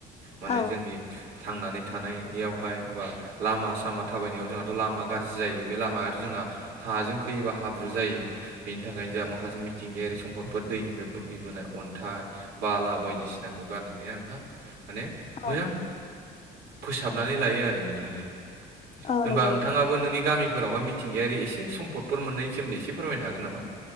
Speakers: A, on the right; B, on the left.
A: माने
B: औ
A: जोंनि थांनानै थानायावहाय बा लामा सामा थाबायनायाव जोंहाथ' लामा गाज्रि जायो बे लामायाथ' जोंहा हाजों खैयोबा हाब्रु जायो बेनि थाखायनो जोंहा माखासे मिथिंगायारि सम्पद दैनिफ्राय बोहैबोनाय अन्थाइ बाला बायदिसिनाखौ गारनानै आं नोंथां माने मोजां
B: औ
A: फोसाबनानै लायो आरो नोंथां जों।
B: औ
A: होनबा
B: नंगौ नोंथां
A: नोंथाङाबो नोंनि गामिफोरावहाय मिथिंगायारि एसे सम्दफोर मोननायनि सोमोन्दै इसे फोरमायनो हागोन नामा।